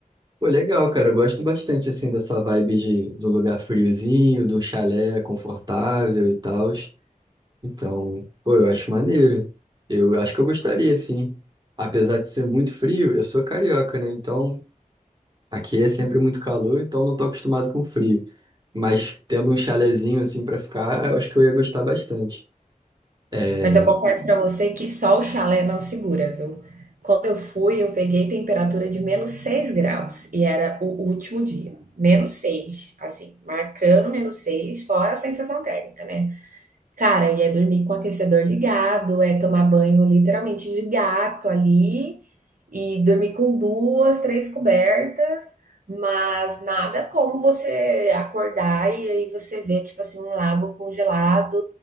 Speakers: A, on the right (about 30°); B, on the right (about 70°).
A: Pô, legal, cara. Eu gosto bastante, assim, dessa vibe de, de um lugar friozinho, de um chalé confortável e tal. Então, pô, eu acho maneiro. Eu acho que eu gostaria, assim. Apesar de ser muito frio, eu sou carioca, né? Então, aqui é sempre muito calor, então não tô acostumado com frio. Mas tendo um chalezinho, assim, pra ficar, eu acho que eu ia gostar bastante. É,
B: Mas eu confesso para você que só o chalé não segura, viu? Quando eu fui, eu peguei temperatura de menos 6 graus e era o último dia. Menos 6 assim, marcando menos 6 fora a sensação térmica, né? Cara, e é dormir com o aquecedor ligado, é tomar banho literalmente de gato ali e dormir com duas, três cobertas, mas nada como você acordar e aí você vê, tipo assim, um lago congelado,